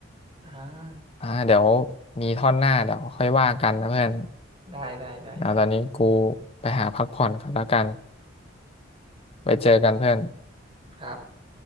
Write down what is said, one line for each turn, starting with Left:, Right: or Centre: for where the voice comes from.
Right: อ่า
Left: อ่าเดี๋ยวมีท่อนหน้าเดี๋ยวค่อยว่ากันนะเพื่อน
Right: ได้ได้ได้ได้
Left: เดี๋ยวตอนนี้กูไปหาพักผ่อนก่อนแล้วกันไปเจอกันเพื่อน
Right: ครับ